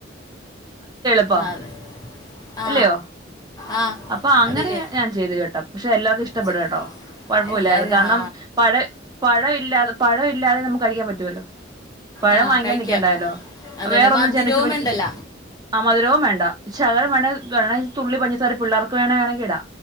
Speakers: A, on the right; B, on the left.
A: <unintelligible>
B: അതെ ആ
A: അല്ലയോ
B: ആ
A: അപ്പൊ അങ്ങനെ
B: അതില്ലേ
A: ഞാൻ ചെയ്ത് കേട്ടെ പക്ഷെ എല്ലാവർക്കും ഇഷ്ടം
B: ചെ-
A: വടെട്ടോ കുഴപ്പമില്ലായിരുന്നു
B: എല്ലാരും
A: കാരണം
B: ആ
A: പഴ പഴ ഇല്ലാതെ പഴ ഇല്ലാതെ നമുക്ക് കഴിക്കാൻ പറ്റുവല്ലോ പഴം
B: ആ
A: വാങ്ങിക്കാൻ
B: കഴിക്കാം
A: നിക്കണ്ടാലോ
B: അതന്നെ
A: വേറെന്നും
B: മധുരവും
A: <unintelligible>
B: ഉണ്ടല്ല
A: ആ മധുരവും വേണ്ട ശകരം വേണെ വേണെ തുള്ളി പഞ്ചസാര പിള്ളേർക്ക് വേണേണെങ്കി ഇടാ